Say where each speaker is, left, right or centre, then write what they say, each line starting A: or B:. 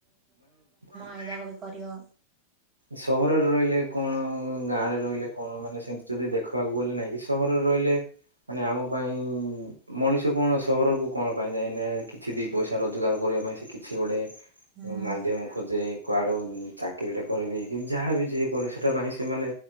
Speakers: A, on the right; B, on the right.
A: <unintelligible>
B: ଏଇଯାକ ବି କରିଅ।
A: ସହରରେ ରହିଲେ କଣ ଗାଁରେ ରହିଲେ କଣ ମାନେ ସେମତି ଯଦି ଦେଖିବାକୁ ଗଲେ ନାହିଁ କି ସହରରେ ରହିଲେ ମାନେ ଆମ ପାଇଁ ମଣିଷ କଣ ସହରକୁ କଣ ପାଇଁ ଯାଏନା କିଛି ଦି ପଇସା ରୋଜଗାର କରିବା ପାଇଁ ସେ କିଛି ଗୋଟେ
B: ହୁଁ
A: ମାଧ୍ୟମ ଖୋଜେ। କୁଆଡ଼ୁ ଚାକିରିଟେ କରିବି କି ଯାହା ବି ଯିଏ କରେ ସେଇଟା ପାଇଁ ସେମାନେ